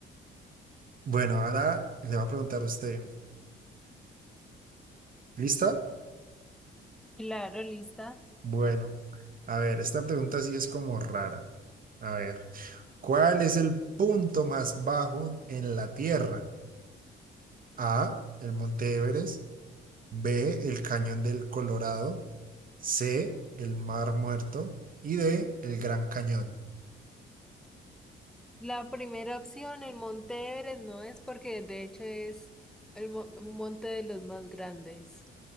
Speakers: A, on the right; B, in the centre.
A: Bueno, ahora le va a preguntar a usted. ¿Lista?
B: Claro, lista.
A: Bueno, a ver, esta pregunta sí es como rara. A ver, ¿cuál es el punto más bajo en la Tierra? A, el Monte Everest, B, el Cañón del Colorado, C, el Mar Muerto y D, el Gran Cañón.
B: La primera opción, el Monte Everest, no es porque de hecho es el mo- un monte de los más grandes.